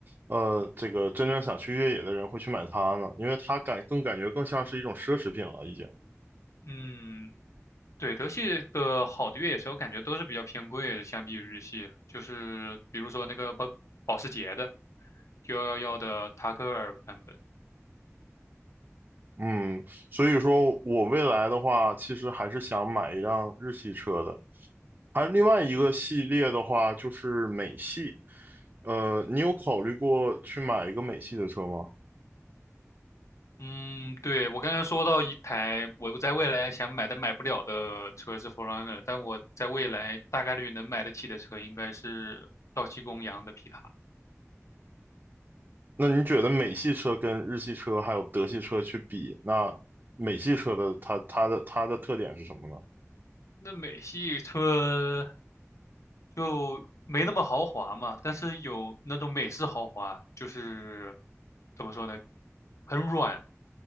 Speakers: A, on the right; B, on the left.
A: 呃这个真正想去越野的人会去买它呢？因为它感更感觉更像是一种奢侈品了，已经。
B: 嗯，对，德系的好的越野车，我感觉都是比较偏贵的，相比于日系，就是比如说那个保保时捷的911的塔克尔版本。
A: 嗯，所以说我未来的话，其实还是想买一辆日系车的。还有另外一个系列的话，就是美系。呃，你有考虑过去买一个美系的车吗？
B: 嗯，对，我刚刚说到一台我在未来想买但买不了的车是 f e r u n n e r 但我在未来大概率能买得起的车应该是道奇公羊的皮卡。
A: 那你觉得美系车跟日系车还有德系车去比，那美系车的它它的它的特点是什么呢？
B: 那美系车就没那么豪华嘛，但是有那种美式豪华，就是怎么说呢，很软，